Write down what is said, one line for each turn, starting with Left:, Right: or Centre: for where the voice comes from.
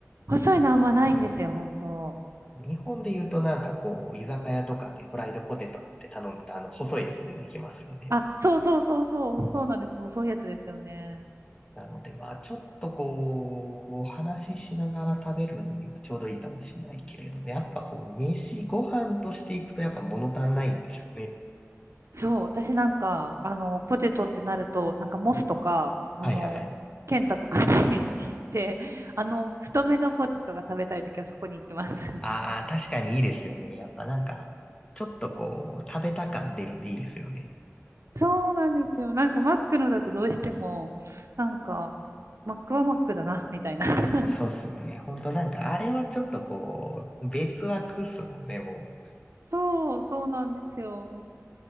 Right: 細いのあんまないんですよ、本当。
Left: 日本で言うとなんかこう、居酒屋とかでフライドポテトって頼むと、あの、細いやつ出てきますよね。
Right: あ、そうそうそうそう、そうなんですよ。細いやつですよね。
Left: なので、まあ、ちょっとこう、お話ししながら食べるのにはちょうどいいかもしれないけれども、やっぱこう、飯、ご飯としていくとやっぱ物足んないんでしょうね。
Right: そう、私なんか、あの、ポテトってなると、なんかモスとか、あの、
Left: はいはいはい。
Right: ケンタとかに <laughs> 行って、あの、太めのポテトが食べたいときはそこに行きます。
Left: ああ、確かにいいですよね。やっぱなんか、ちょっとこう、食べた感出るんでいいですよね。
Right: <laughs> そうなんですよ。なんかマックのだとどうしても、なんか、マックはマックだな、みたいな。<laughs>
Left: そうっすよね。ほんとなんか、あれはちょっとこう、別枠っすもんね、も
Right: そう、そうなんですよ。